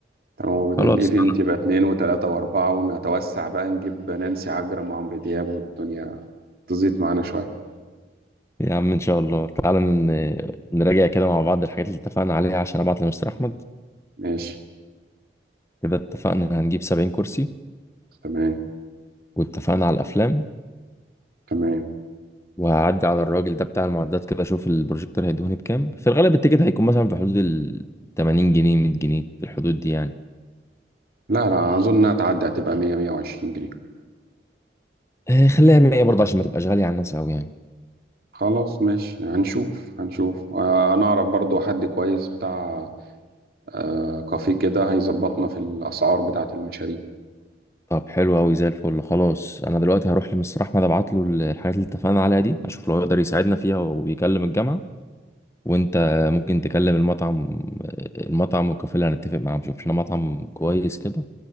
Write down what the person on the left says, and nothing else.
خلاص
يا عم ان شاء الله تعالى ن- نراجع كده مع بعض الحاجات اللي اتفقنا عليها عشان ابعت لمستر احمد
كده اتفقنا هنجيب 70 كرسي
واتفقنا على الافلام
وهعدي على الراجل ده بتاع المعدات كده اشوف البروجيكتور هيدوني بكام في الغالب التيكت هيكون مثلا في حدود ال 80 جنيه 100 جنيه في الحدود دي يعني
آه، خليها 100 برضه عشان ما تبقاش غالية على الناس قوي يعني
طب حلو قوي زي الفل خلاص انا دلوقتي هروح لمستر احمد ابعت له الحاجات اللي اتفقنا عليها دي اشوف لو يقدر يساعدنا فيها ويكلم الجامعة وانت ممكن تكلم المطعم المطعم والكافيه اللي هنتفق معاهم شوف لنا مطعم كويس كده